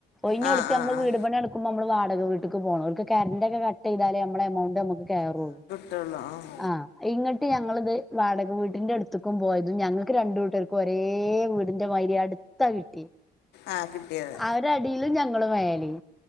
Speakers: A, in the centre; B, on the left.
A: ഒയ്ഞ്ഞൊട്ത്ത്
B: ആഹ് ആഹ്
A: മ്മളെ
B: ആഹ്
A: വീട് പണിയാണ്ട് ക്കുമ്പമ്മള് വാടക വീട്ടിക്ക് പോണം ഓര്ക്ക് കര്ന്റൊക്കെ കട്ടെയ്താലേ മ്മളെ എമൗണ്ടമ്മക്ക് കേറൊള്ളൂ
B: ട്ടൊള്ളു. ആഹ്
A: ആഹ് ഇങ്ങട്ട് ഞങ്ങള്ത് വാടക വീട്ടിന്റെട്ത്തിക്കും പോയതും ഞങ്ങൾക്ക് രണ്ടൂട്ടര് ഒരേവീടിന്റെ മായ്രി അട്ത്താ കിട്ട്‌യേ
B: ആഹ് കിട്ട്യത്
A: അവരടീലും ഞങ്ങള് മേലിം